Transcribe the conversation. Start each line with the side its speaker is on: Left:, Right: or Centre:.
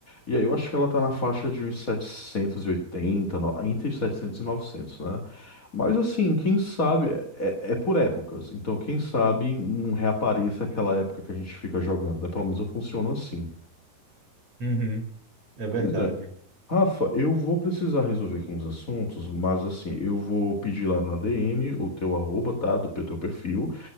Left: E aí eu acho que ela tá na faixa de uns 780, no- entre 700 e novecentos né? Mas assim, quem sabe, é, é é por épocas. Então, quem sabe não reapareça aquela época que a gente fica jogando, né? Pelo menos funciona assim.
Right: Uhum. É
Left: Pois
Right: verdade.
Left: é. Rafa, eu vou precisar resolver aqui uns assuntos, mas assim, eu vou pedir lá na DM o teu arroba, tá? Do teu perfil.